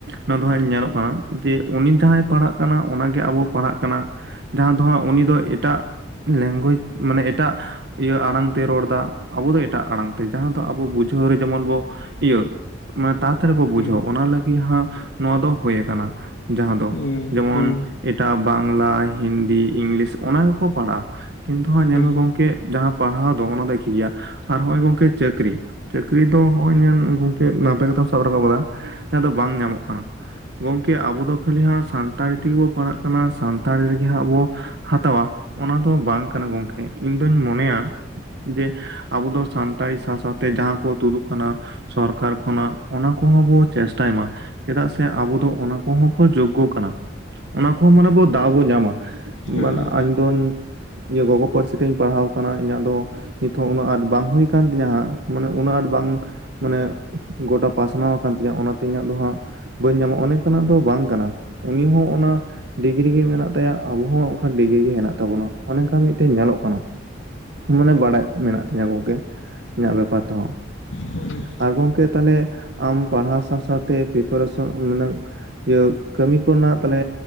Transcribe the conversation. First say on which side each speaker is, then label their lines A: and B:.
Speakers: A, on the right; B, on the left.
A: ᱱᱚᱣᱟ ᱫᱚ ᱦᱟᱸᱜ ᱧᱮᱞᱚᱜ ᱠᱟᱱᱟ ᱡᱮ ᱩᱱᱤ ᱡᱟᱦᱟᱸᱭ ᱯᱟᱲᱦᱟᱜ ᱠᱟᱱᱟ ᱚᱱᱟᱜᱮ ᱟᱵᱚ ᱯᱟᱲᱦᱟᱜ ᱠᱟᱱᱟ ᱾ ᱡᱟᱦᱟᱸ ᱫᱚ ᱦᱟᱸᱜ ᱩᱱᱤ ᱫᱚ ᱮᱴᱟᱜ ᱞᱮᱝᱜᱩᱭᱮᱡᱽ ᱢᱟᱱᱮ ᱮᱴᱟᱜ ᱟᱲᱟᱝ ᱛᱮ ᱨᱚᱲᱫᱟ ᱟᱵᱚ ᱫᱚ ᱮᱴᱟᱜ ᱟᱲᱟᱝ ᱛᱮ ᱡᱟᱦᱟᱸ ᱫᱚ ᱟᱵᱚ ᱵᱩᱡᱷᱟᱹᱣ ᱨᱮ ᱡᱮᱢᱚᱱ ᱵᱚ ᱤᱭᱟᱹ ᱢᱟ ᱛᱟᱲᱟᱛᱟᱲᱤ ᱵᱚ
B: ᱦᱩᱸ
A: ᱵᱩᱡᱷᱟᱹᱣ ᱚᱱᱟᱞᱟᱜᱤ ᱦᱸ ᱱᱚᱣᱟ ᱫᱚ ᱦᱳᱭ ᱟᱠᱟᱱᱟ ᱡᱟᱦᱟᱸ ᱫᱚ
B: ᱦᱩᱸ
A: ᱡᱮᱢᱚᱱ
B: ᱦᱩᱸ
A: ᱮᱴᱟᱜ ᱵᱟᱝᱞᱟ ᱦᱤᱱᱫᱤ ᱤᱝᱞᱤᱥ ᱚᱱᱟ ᱠᱚᱠᱚ ᱯᱟᱲᱦᱟᱜᱼᱟ ᱠᱤᱱᱛᱩ ᱦᱟᱸᱜ ᱧᱮᱞ
B: ᱦᱩᱸ
A: ᱢᱮ ᱜᱚᱢᱠᱮ ᱡᱟᱦᱟᱸ ᱯᱟᱲᱦᱟᱣ ᱫᱚ ᱵᱩᱱ ᱚᱱᱟ ᱫᱚ ᱮᱠᱤ ᱜᱮᱭᱟ ᱟᱨ ᱱᱚᱜᱼᱭ ᱜᱚᱢᱠᱮ ᱪᱟᱹᱠᱨᱤ ᱪᱟᱹᱠᱨᱤ ᱫᱚ ᱦᱚᱜᱼᱚᱭ ᱧᱮᱞ ᱜᱚᱢᱠᱮ <unintelligible> ᱠᱟᱛᱮᱢ ᱥᱟᱵ ᱨᱟᱠᱟᱵ ᱠᱟᱫᱟ ᱡᱟᱦᱟᱸ ᱫᱚ ᱵᱟᱝ ᱧᱟᱢᱚᱜ ᱠᱟᱱᱟ ᱜᱚᱝᱠᱮ ᱟᱵᱚ ᱫᱚ ᱠᱷᱟᱹᱞᱤ ᱦᱟᱸᱜ ᱥᱟᱱᱛᱟᱲᱤ ᱛᱮᱜᱮᱵᱚ ᱯᱟᱲᱦᱟᱜ ᱠᱟᱱᱟ ᱥᱟᱱᱛᱟᱲᱤ <unintelligible> ᱵᱚ ᱦᱟᱛᱟᱣᱟ ᱚᱱᱟ ᱫᱚ ᱵᱟᱝ ᱠᱟᱱᱟ ᱜᱚᱢᱠᱮ ᱤᱧ ᱫᱩᱧ ᱢᱚᱱᱮᱭᱟ ᱡᱮ ᱟᱵᱚ ᱫᱚ ᱥᱟᱱᱛᱟᱲᱤ ᱥᱟᱶ ᱥᱟᱶᱛᱮ ᱡᱟᱦᱟᱸ ᱠᱚ ᱛᱩᱫᱩᱜ ᱠᱟᱱᱟ ᱥᱚᱨᱠᱟᱨ ᱠᱷᱚᱱᱟᱜ ᱚᱱᱟ ᱠᱚᱦᱚᱸ ᱵᱚ ᱪᱮᱥᱴᱟᱭ ᱢᱟ ᱪᱮᱫᱟᱜ ᱥᱮ ᱟᱵᱚ ᱫᱚ ᱚᱱᱟ ᱠᱚᱦᱚᱸ ᱵᱚ <unintelligible> ᱠᱟᱱᱟ ᱚᱱᱟ ᱠᱚᱦᱚᱸ ᱢᱟᱱᱮ ᱵᱚ ᱫᱟᱣ ᱵᱚ ᱧᱟᱢᱟ ᱵᱟᱝ
B: ᱦᱩᱸ ᱦᱩᱸ
A: ᱤᱧ ᱫᱚ ᱜᱚᱜᱚ ᱯᱟᱹᱨᱥᱤ ᱛᱤᱧ ᱯᱟᱲᱦᱟᱣ ᱠᱟᱱᱟ ᱤᱧᱟᱹᱜ ᱫᱚ ᱱᱤᱛᱚ ᱩᱱᱟᱹᱜ ᱟᱸᱴ ᱵᱟᱝ ᱦᱩᱭ ᱠᱟᱱ ᱛᱤᱧᱟᱹ ᱦᱟᱸᱜ ᱢᱟᱱᱮ ᱩᱱᱟᱹᱜ ᱟᱸᱴ ᱵᱟᱝ ᱢᱟᱱᱮ ᱜᱚᱴᱟ ᱯᱟᱥᱱᱟᱣ ᱟᱠᱟᱱ ᱛᱤᱧᱟᱹ ᱚᱱᱟᱛᱮ ᱤᱧᱟᱹᱜ ᱫᱚ ᱦᱟᱸᱜ ᱵᱟᱹᱧ ᱧᱟᱢᱟ ᱚᱱᱮ ᱠᱟᱱᱟ ᱫᱚ ᱵᱟᱝ ᱠᱟᱱᱟ ᱩᱱᱤ ᱦᱚᱸ ᱚᱱᱟ ᱰᱤᱜᱽᱨᱤ ᱜᱮ ᱢᱮᱱᱟᱜ ᱛᱟᱭᱟ ᱟᱵᱚ ᱦᱚᱸ ᱚᱱᱠᱟ ᱰᱤᱜᱽᱨᱤ ᱜᱮ ᱦᱮᱱᱟᱜ ᱛᱟᱵᱚᱱᱟ ᱚᱱᱮ ᱚᱝᱠᱟ ᱢᱤᱫᱴᱮᱱ ᱧᱮᱞᱚᱜ ᱠᱟᱱᱟ ᱢᱟᱱᱮ ᱵᱟᱲᱟᱭ ᱢᱮᱱᱟᱜ ᱛᱤᱧᱟᱹ ᱜᱚᱝᱠᱮ ᱤᱧᱟᱹᱜ ᱵᱮᱯᱟᱨ ᱛᱮᱦᱚᱸ
B: ᱦᱩᱸ
A: ᱟᱨ ᱜᱚᱢᱠᱮ ᱛᱟᱦᱞᱮ ᱟᱢ ᱯᱟᱲᱦᱟᱣ ᱥᱟᱶ ᱥᱟᱶᱛᱮ ᱯᱨᱮᱯᱟᱨᱮᱥᱚ ᱢᱟᱱᱮ ᱤᱭᱟᱹ ᱠᱟᱹᱢᱤ ᱠᱚᱨᱮᱱᱟᱜ ᱛᱟᱦᱞᱮ